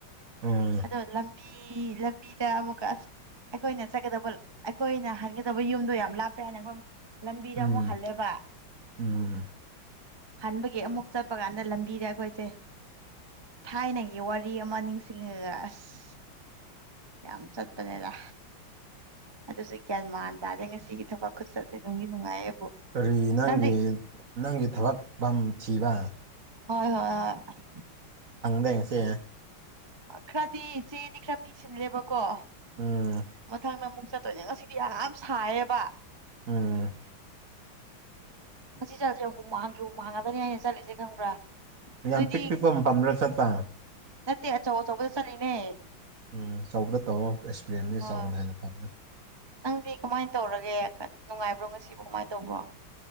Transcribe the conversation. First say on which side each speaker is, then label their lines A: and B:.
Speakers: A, on the right (about 45°); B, on the right (about 20°).
A: ꯎꯝ
B: ꯑꯗꯣ ꯂꯝ ꯂꯝ ꯂꯝꯕꯤꯗ ꯑꯃꯨꯛꯀ ꯑꯁ ꯑꯩꯈꯣꯏꯅ ꯆꯠꯀꯗꯕ ꯑꯩꯈꯣꯏꯅ ꯍꯟꯒꯗꯕ ꯑꯩꯏ ꯌꯨꯝꯗꯣ ꯌꯥꯝ ꯂꯥꯞꯄꯦ ꯍꯥꯏꯅ ꯑꯩꯈꯣꯏ ꯂꯝꯕꯤꯗ
A: ꯎꯝ
B: ꯑꯃꯨꯛ ꯍꯜꯂꯦꯕ
A: ꯎꯝ
B: ꯍꯟꯕꯒꯤ ꯑꯃꯨꯛ ꯆꯠꯄ ꯀꯥꯟꯗ ꯂꯝꯕꯤꯗ ꯑꯩꯈꯣꯏꯁꯦ ꯊꯥꯏꯅꯒꯤ ꯋꯥꯔꯤ ꯑꯃ ꯅꯤꯡꯁꯤꯡꯉꯒ ꯑꯁ ꯌꯥꯝ ꯆꯠꯄꯅꯦꯗ ꯑꯗꯨꯁꯨ ꯒ꯭ꯌꯥꯟ ꯃꯥꯟ ꯉꯁꯤꯒꯤ ꯊꯕꯛ ꯈꯨꯠꯆꯠꯁꯦ ꯑꯗꯨꯝꯗꯤ ꯅꯨꯡꯉꯥꯏꯌꯦꯕꯨ
A: ꯀꯔꯤ ꯅꯪꯒꯤ
B: ꯅꯪꯗꯤ
A: ꯅꯪꯒꯤ ꯊꯕꯛ ꯐꯝꯊꯤꯕ
B: ꯍꯣꯏ ꯍꯣꯏ ꯍꯣꯏ
A: ꯍꯪꯗꯦ ꯉꯁꯤ
B: ꯑ ꯈꯔꯗꯤ ꯆꯦꯗꯤ ꯈꯔ ꯄꯤꯁꯤꯜꯂꯦꯕꯀꯣ
A: ꯎꯝ
B: ꯃꯊꯪꯗ ꯑꯃꯨꯛ ꯆꯠ ꯇꯣꯏꯅꯦ ꯉꯁꯤꯗꯤ ꯌꯥꯝ ꯁꯥꯏꯌꯦꯕ
A: ꯎꯝ
B: ꯉꯁꯤ ꯆꯠꯂꯤꯖꯦ ꯍꯨꯨꯃꯥꯡꯒꯤ ꯍꯨꯃꯥꯡ ꯉꯥꯛꯇꯅꯤ ꯑꯩꯅ ꯆꯠꯂꯤꯖꯦ ꯈꯪꯕ꯭ꯔꯥ
A: ꯌꯥꯝ
B: ꯅꯣꯏꯗꯤ
A: ꯄꯤꯛ ꯄꯤꯛꯄ ꯃꯇꯝꯔ ꯆꯠꯄ
B: ꯅꯠꯇꯦ ꯑꯆꯧ ꯑꯆꯧꯕꯗ ꯆꯠꯂꯤꯅꯦ
A: ꯎꯝ ꯑꯆꯧꯕꯗ ꯇꯧꯔꯣ ꯑꯦꯛꯁꯄꯤꯔꯦꯟꯗꯤ
B: ꯍꯣꯏ
A: ꯑꯆꯧꯕꯅ ꯍꯦꯟꯅ ꯐꯝ
B: ꯅꯪꯗꯤ ꯀꯃꯥꯏꯟ ꯇꯧꯔꯒꯦ ꯅꯨꯡꯉꯥꯏꯕ꯭ꯔꯣ ꯉꯁꯤꯕꯣ ꯀꯃꯥꯏꯟ ꯇꯧꯕ꯭ꯔꯣ